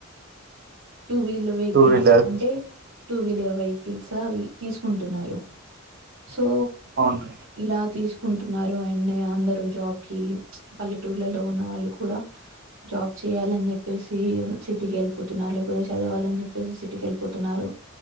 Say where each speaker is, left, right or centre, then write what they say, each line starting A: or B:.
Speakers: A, on the right; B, on the right.
A: two wheeler vehicles
B: two wheeler
A: అంటే టూ వీలర్ వెహికిల్స్ అవి తీసుకుంటున్నారు సో
B: అవును
A: ఇలా తీస్ కుంటున్నారు అండ్ అందరూ జాబ్ కి, పల్లెటూర్లలో ఉన్న వాళ్ళు కూడా జాబ్ చేయాలన్ జెప్పేసి చి సిటీకెళ్ళిపోతున్నారు లేకపోతే చదవాలన్ చెప్పేసి సిటీకెళ్ళిపోతున్నారు